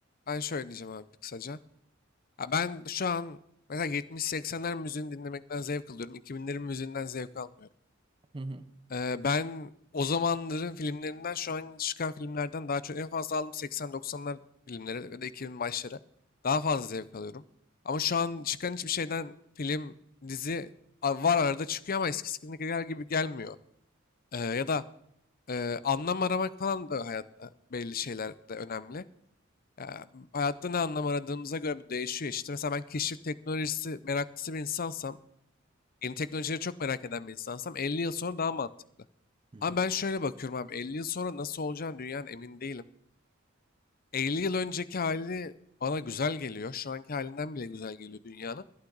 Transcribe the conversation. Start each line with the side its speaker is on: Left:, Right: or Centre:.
Left: Ben şöyle diyeceğim abi kısaca. Ha ben şu an mesela 70-80'ler müziğini dinlemekten zevk alıyorum. 2000'lerin müziğinden zevk almıyorum.
Right: Hı hı.
Left: Ee, ben o zamanların filmlerinden şu an çıkan filmlerden daha çok en fazla aldım 80-90'lar filmleri ve de 2000 başları. Daha fazla zevk alıyorum. Ama şu an çıkan hiçbir şeyden film, dizi a- var arada çıkıyor ama eskisindekiler gibi gelmiyor. Ee, ya da e, anlam aramak falan da hayatta belli şeyler de önemli. Ya, hayatta ne anlam aradığımıza göre bu değişiyor işte. Mesela ben keşif teknolojisi meraklısı bir insansam, yeni teknolojileri çok merak eden bir insansam 50 yıl sonra daha mantıklı.
Right: Hı
Left: Ama
Right: hı.
Left: ben şöyle bakıyorum abi 50 yıl sonra nasıl olacağını dünyanın emin değilim. 50 yıl önceki hali bana güzel geliyor. Şu anki halinden bile güzel geliyor dünyanın.